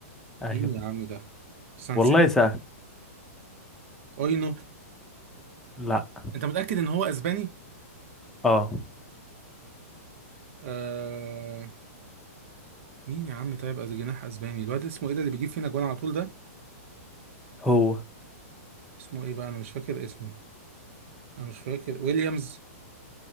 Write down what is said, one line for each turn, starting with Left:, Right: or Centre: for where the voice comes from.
Centre: أيوة
Right: مين يا عم ده سانسيت
Centre: والله سهل
Right: اينو
Centre: لا
Right: انت متأكد ان هو اسباني؟
Centre: اه
Right: آه... مين يا عم طيب از جناح اسباني الواد اسمه ايه ده اللي بيجيب فينا جوان على طول ده
Centre: هو
Right: اسمه ايه بقى انا مش فاكر اسمه انا مش فاكر ويليامز